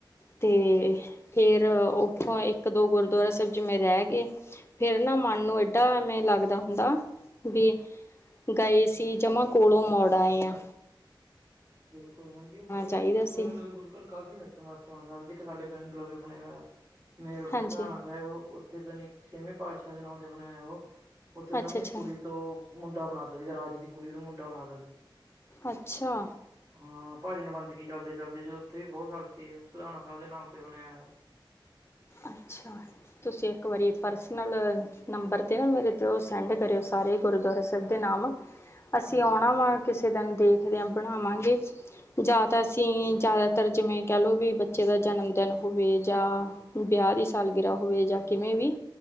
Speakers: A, on the left; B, on the right.
A: ਤੇ ਫੇਰ ਉੱਥੋਂ ਇੱਕ ਇੱਕ ਦੋ ਗੁਰਦੁਆਰਾ ਸਾਹਿਬ ਜਿਵੇਂ ਰਏ ਗਏ। ਫਿਰ ਨਾ ਮਨ ਨੂੰ ਏਡਾ ਐਵੇਂ ਲੱਗਦਾ ਹੁੰਦਾ ਵੀ ਗਏ ਸੀ ਜਮਾ ਕੋਲੋਂ ਮੋੜ ਆਏ ਆਂ।
B: ਬਿਲਕੁਲ ਹਾਂਜੀ ਉਹ ਕਈ
A: ਚਾਹੀਦਾ ਸੀ
B: ਨਵੇਂ ਨਵੇਂ ਗੁਰ ਪਰ ਕਾਫੀ ਨੇ ਉਥੇਸਤਾਨ ਸਾਹਿਬ ਦੇ ਇੱਕ ਸਾਡੇ ਪਿੰਡ ਲਵੇ ਬਣ ਹੋਇਆ ਮੇਨੋ ਤੇ
A: ਹਾਂਜੀ
B: ਸਧਣਾ ਸਾਹਿਬ ਉਥੇਣੀ ਛੇਵੇਂ ਪਾਤਸ਼ਾਹ ਦੇ ਨਾਂਓ ਤੇ ਬਣਾਇਆ ਉਹ ਉੱਥੇ ਉਹਨਾਂ
A: ਅੱਛਾ-ਅੱਛਾ
B: ਨੇ ਕੁੜੀ ਤੋਂ ਮੁੰਡਾ ਬਣਾ ਤ ਸੀ ਰਾਜੇ ਦੀ ਕੁੜੀ ਦਾ ਮੁੰਡਾ ਬਣਾਤਾ ਸੀ
A: ਅੱਛਾ
B: ਹਾਂ ਭਜਨ ਬੰਦਗੀ ਚੱਲਦੇ ਚਲਦੇ ਜਦ ਉੱਥੇ ਵੀ ਬਹੁਤ ਸਖਤੀ ਆ ਸੁਧਣਾ ਸਾਹਿਬ ਦੇ ਨਾਮ ਤੇ ਬਣਿਆ ਏ ਓਹ
A: ਅੱਛਾ ਤੁਸੀਂ ਇੱਕ ਵਾਰੀ ਪਰਸਨਲ
B: ਹਮ
A: ਨੰਬਰ 'ਤੇ ਨਾ ਮੇਰੇ 'ਤੇ ਉਹ ਸੈਂਡ ਕਰਿਓ ਸਾਰੇ ਗੁਰਦੁਆਰਾ ਸਾਹਿਬ ਦੇ ਨਾਮ ਅਸੀਂ
B: ਹਾਂਜੀ
A: ਆਉਣਾ ਵਾ ਕਿਸੇ ਦਿਨ ਦੇਖਦਿਆਂ ਬਣਾਵਾਂਗੇ ਜਾਂ ਤਾਂ ਅਸੀਂ ਜ਼ਿਆਦਾਤਰ ਜਿਵੇਂ ਕਹਿ ਲਓ ਵੀ ਬੱਚੇ ਦਾ ਜਨਮਦਿਨ ਹੋਵੇ ਜਾਂ ਵਿਆਹ ਦੀ ਸਾਲਗਿਰਾਹ ਹੋਵੇ ਜਾਂ ਕਿਵੇਂ ਵੀ